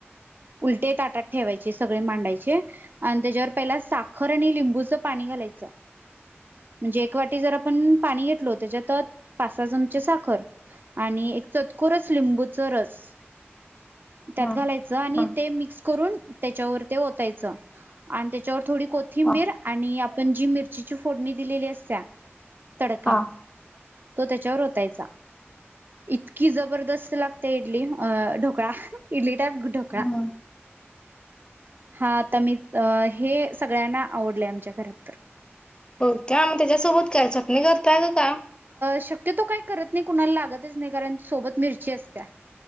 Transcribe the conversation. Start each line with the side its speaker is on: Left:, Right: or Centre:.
Right: उलटे ताटात ठेवायचे सगळे मांडायचे आणि त्याच्यावर पहिला साखर आणि लिंबूचं पाणी घालायचं म्हणजे एक वाटी जर पण पाणी त्याच्यात पाच सहा चमचे साखर आणि एक चतकुर लिंबूच रस त्यात
Left: हम्म
Right: घालायच आणि
Left: हम्म
Right: ते मिक्स करून त्याच्यावर ते होतायच आणि त्याच्यावर थोडी कोथिंबीर
Left: हा
Right: आणि पण जी मिरचीची फोडणी दिलेली असत्या तडका.
Left: हा
Right: तो त्याच्यावर ओतायचा इतकी जबरदस्त लागते इडली अ ढोकळा इडली त्याब ढोकळा.
Left: हम्म
Right: हा आता मी हे सगळ्यांना आवडले आमच्या घरात तर.
Left: हो का मग त्याज्या सोबत काय चटणी करताय का?
Right: शक्यतो काही करत नाही कुणाला लागतच नाही कारण सोबत मिरची असत्या.